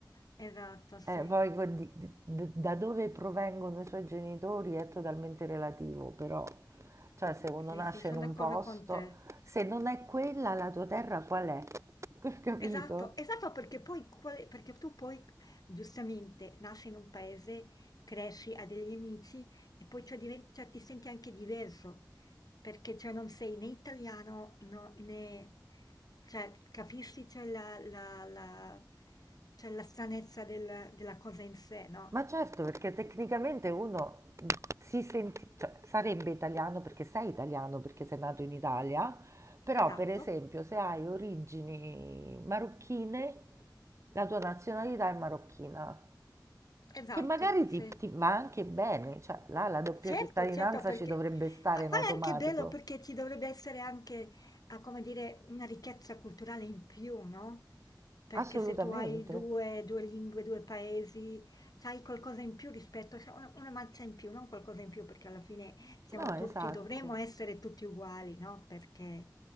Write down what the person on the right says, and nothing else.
Eh, poi con di- di- d- da dove provengono i suoi genitori è totalmente relativo, però, cioè, se uno
nasce
in un
posto,
se non è quella la tua terra, qual è? <laughs> Capito?
Ma certo, perché tecnicamente uno si senti, cioè, sarebbe italiano perché sei italiano, perché sei nato in Italia, però
per esempio se hai origini marocchine, la tua nazionalità è marocchina,
che magari ti,
ti va anche bene, cioè là la doppia
cittadinanza
ci dovrebbe stare
in
automatico.
Assolutamente.
No,
esatto.